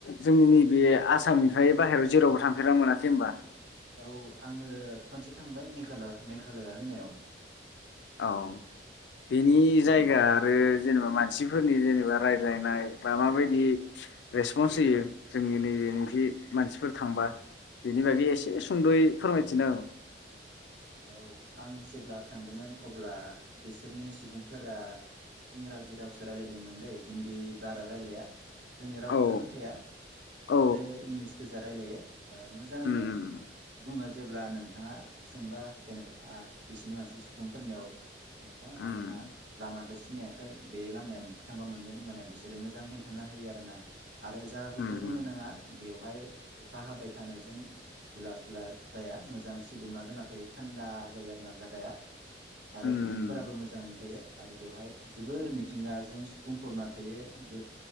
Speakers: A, on the left; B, on the right.
A: जोंनि नैबे आसामनिफ्राय बाहेरायाव जेरावबो थांफेरना मोनाखै होनबा?
B: औ आङो खनसे थांबाय मेघाल मेघालया होननायाव।
A: औ बेनि जाय गा आरो जेनेबा मानसिफोरनि जेनेबा रायज्लायनाय फ्रा माबायदि रेसपन्स होयो जोंनि नैबेनि मानसिफोर थांबा? बेनि
B: औ अ
A: बागै एसे सुंद'यै फोरमायथिना हो
B: औ आं जेब्ला थांदोंमोन अब्ला बिसोरनि सुबुंफोरा इंराजि रावसो रायलायदोंमोन दै हिन्दी बारा रायलाया। जोंनि रावखौथ'
A: औ
B: रोंखाया बिसोरो
A: औ
B: इंलिस गोजा रायलायो ओ मोजाङैनो
A: उम
B: बुङो जेब्ला नोंथाङा सोंबा जेनेबा बिसोरनि मानसि सुबुंफोरनियाव नोंथां
A: उम
B: आंहा लामाखौ सि सिनायाखै बे लामाया माखै थांबा मोनगोन होनबाना बिसोरो मोजां खिन्थाना होयो आरोना आरो जायगाखौथ'
A: उम
B: बुंनो नाङा बेवहाय अखा हाबाय थानायजों थुला सुला जाया मोजां सिदोमा जानाथायो थान्दा जायो आरो ना जागाया आरो
A: उम
B: बिदुंफोराबो मोजाङैनो थायो आरो बेवहाय जोबोर मिथिंगाजों बुंफबना थायो